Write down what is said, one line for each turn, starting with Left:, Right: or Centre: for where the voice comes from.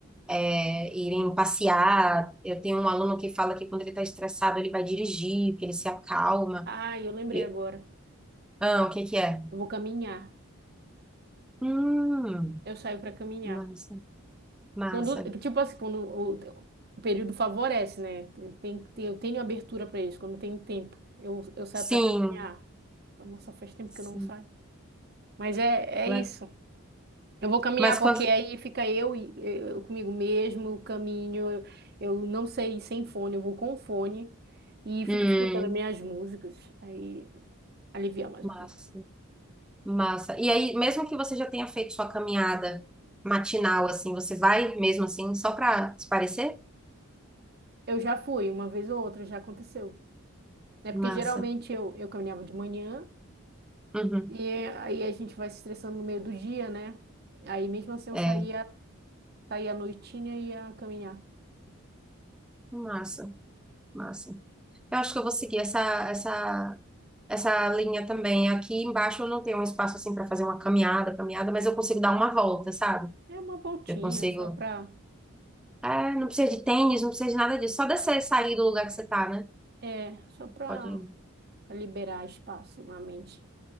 Centre: É, irem passear. Eu tenho um aluno que fala que quando ele está estressado, ele vai dirigir, que ele se acalma.
Right: Ah, eu lembrei
Centre: Eu-
Right: agora.
Centre: ah, o que que é?
Right: Eu vou caminhar.
Centre: Hum,
Right: Eu saio para caminhar.
Centre: massa, massa.
Right: Quando, tipo assim, quando o, o período favorece, né? Eu tenho, que ter- eu tenho abertura para isso, quando tenho tempo. Eu, eu saio
Centre: Sim,
Right: para caminhar. Nossa, faz tempo
Centre: sim.
Right: que eu não saio. Mas é, é
Centre: Le-
Right: isso. Eu vou caminhar
Centre: Mas
Right: porque
Centre: quando.
Right: aí fica eu e eu comigo mesmo, eu caminho. Eu, eu não sei ir sem fone, eu vou com fone e fico
Centre: Hum,
Right: escutando minhas músicas. Aí alivia mais
Centre: massa,
Right: um pouco.
Centre: massa. E aí, mesmo que você já tenha feito sua caminhada matinal, assim, você vai mesmo assim, só para se parecer?
Right: Eu já fui, uma vez ou outra, já aconteceu. É porque
Centre: Massa.
Right: geralmente eu, eu caminhava de manhã.
Centre: Uhum.
Right: E aí a gente vai se estressando no meio do dia, né? Aí mesmo assim eu
Centre: É.
Right: saía, saía à noitinha e ia caminhar.
Centre: Massa. Massa. Eu acho que eu vou seguir essa, essa, essa linha também. Aqui embaixo eu não tenho um espaço assim para fazer uma caminhada, caminhada, mas eu consigo dar uma volta, sabe?
Right: É uma voltinha,
Centre: Eu consigo.
Right: só pra,
Centre: É, não precisa de tênis, não precisa de nada disso. Só descer, sair do lugar que você tá, né?
Right: é, só pra,
Centre: Pode.
Right: pra liberar espaço na mente.